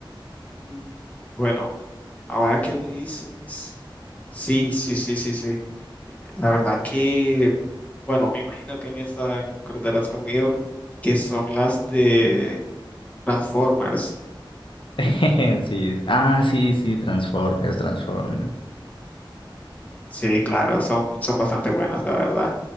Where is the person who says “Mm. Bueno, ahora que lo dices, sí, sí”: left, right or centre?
Left